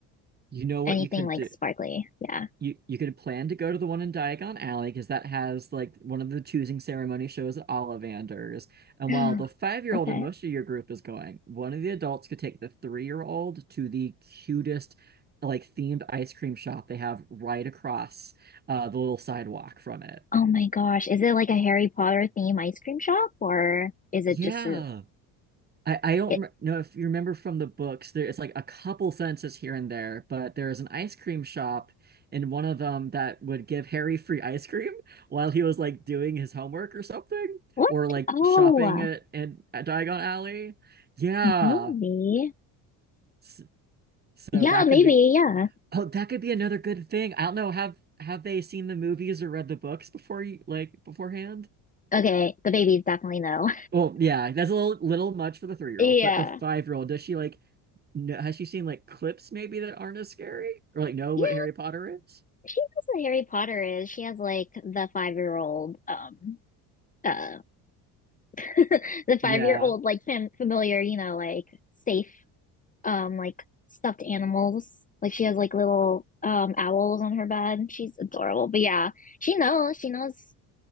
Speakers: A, on the right (about 25°); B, on the left (about 20°).
A: You know
B: Anything
A: what you could
B: like
A: do.
B: sparkly, yeah.
A: you you could plan to go to the one in Diagon Alley because that has like one of the choosing ceremony shows at Ollivander's. And
B: <gasps>
A: while the five-year-old
B: Okay.
A: in most of your group is going, one of the adults could take the three-year-old to the cutest like themed ice cream shop they have right across uh, the little sidewalk from it.
B: Oh my gosh, is it like a Harry Potter theme ice cream shop or is it
A: Yeah.
B: just a,
A: I, I don't
B: it,
A: know if you remember from the books, there it's like a couple sentences here and there, but there is an ice cream shop in one of them that would give Harry free ice cream while he was like doing his homework or something,
B: what?
A: or like
B: Oh,
A: shopping at, in, at Diagon Alley. Yeah.
B: maybe.
A: S- So
B: Yeah,
A: that could
B: maybe.
A: be
B: Yeah.
A: oh, that could be another good thing. I don't know, have have they seen the movies or read the books before you like beforehand?
B: Okay, the babies definitely know.
A: Well, yeah, that's a little little much for the three year
B: <laughs> Yeah.
A: old, but the five year old, does she like know, has she seen like clips maybe that aren't as scary or like know
B: Yeah,
A: what Harry Potter is?
B: She knows what Harry Potter is. She has like the five year old, um, uh, <laughs> the five
A: Yeah.
B: year old like fam familiar, you know, like safe, um, like stuffed animals. Like she has like little um owls on her bed. She's adorable. But yeah, she knows. She knows